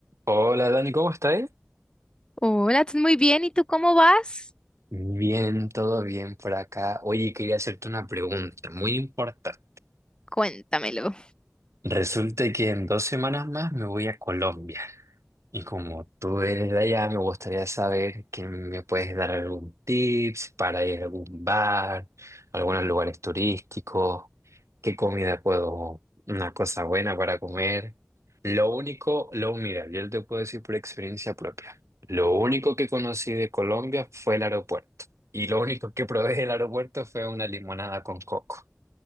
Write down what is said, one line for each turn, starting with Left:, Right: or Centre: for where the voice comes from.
Right: Hola Dani, ¿cómo estás?
Left: Hola, estás muy bien. ¿Y tú cómo vas?
Right: Bien, todo bien por acá. Oye, quería hacerte una pregunta muy importante.
Left: Cuéntamelo.
Right: Resulta que en dos semanas más me voy a Colombia. Y como tú eres de allá, me gustaría saber que me puedes dar algún tips para ir a algún bar, algunos lugares turísticos, qué comida puedo, una cosa buena para comer. Lo único, lo mira, yo te puedo decir por experiencia propia. Lo único que conocí de Colombia fue el aeropuerto. Y lo único que probé del aeropuerto fue una limonada con coco.